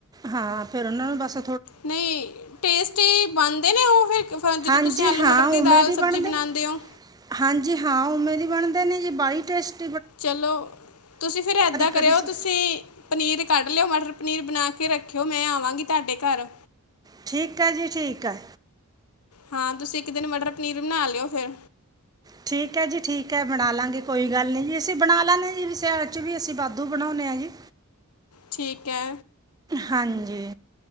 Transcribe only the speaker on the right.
ਹਾਂ, ਫੇਰ ਉਨਾਂ ਨੂੰ ਬਾੱਸ
ਹਾਂਜੀ
ਹਾਂ
ਉਵੇਂ
ਬਣਦੇ
ਹਾਂਜੀ, ਹਾਂ ਉਵੇਂ ਦੀ ਬਨਦੇ ਨੇ ਜੀ, ਬਾਲੀ ਟੇਸਟ
ਕਰੀ ਸੀ
ਠੀਕ ਐ ਜੀ, ਠੀਕ ਐ।
ਠੀਕ ਐ ਜੀ, ਠੀਕ ਐ ਬਣਾ ਲਾਂਗੇ ਕੋਈ ਗਾੱਲ ਨੀ ਜੀ ਅਸੀ ਬਣਾ ਲੈਨੇ ਜੀ, ਵੀ ਸਿਆਲ ਚ ਵੀ ਅਸੀ ਵਾਦੂ ਬਨਾਉਨੇ ਆਂ ਜੀ।
ਹਾਂਜੀ,